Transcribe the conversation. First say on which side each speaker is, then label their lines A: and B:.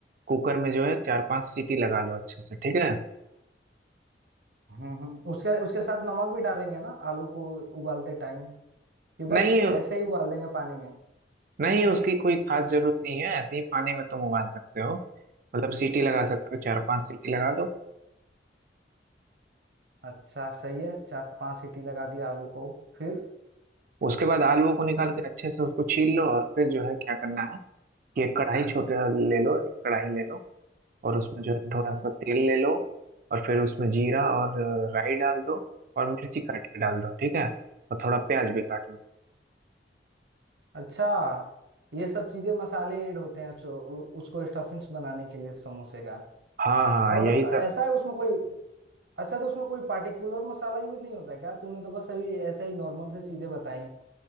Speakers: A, on the right; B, on the right.
A: कुकर में जो है चार पांच सीटी लगा लो अच्छे से ठीक है
B: हम्म हम्म उसके उसके साथ नमक भी डालेंगे ना आलू को उबालते टाइम कि
A: नहीं
B: बस ऐसे ही उबाल देंगे पानी में
A: नहीं उसकी कोई खास जरूरत नहीं है ऐसे ही पानी में तुम उबाल सकते हो मतलब सीटी लगा सकते हो चार पांच सीटी लगा दो
B: अच्छा सही है चार पांच सीटी लगा दिया आलू को फिर
A: उसके बाद आलू को निकाल के अच्छे से उसको छील लो और फिर जो है क्या करना है कि एक कढ़ाई छोटे ले लो एक कढ़ाई ले लो और उसमें जो है थोड़ा सा तेल ले लो और फिर उसमें जीरा और अ, राई डाल दो और मिर्ची काट के डाल दो ठीक है और थोड़ा प्याज भी काट लो
B: अच्छा ये सब चीजें मसाले ऐड होते हैं जो उसको स्टफिंग्स बनाने के लिए समोसे का
A: हाँ हाँ
B: और
A: यही सब
B: ऐसा है उसमें कोई अच्छा तो उसमें कोई पार्टिकुलर मसाला यूज नहीं होता क्या तूने तो बस अभी ऐसा ही नॉर्मल से चीजें बताई